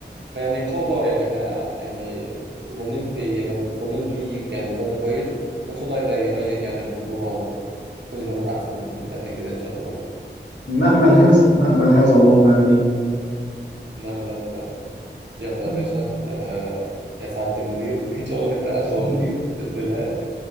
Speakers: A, on the right; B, on the left.
A: فيعني ان شاء الله يعني احنا يعني ظنين في ظنين في يعني ظن كويس وان شاء الله يقدر يغير يعني المنظومه وتكون الامور احسن من قبل كده ان شاء الله
B: نأمل هذا نأمل هذا اللهم آمين
A: نعم هذا فعلا يلا يا
B: مم.
A: باشا آه يا سعادة المدير <laughs> إن شاء الله تترقى
B: <laughs>
A: وتبقى مدير بإذن الله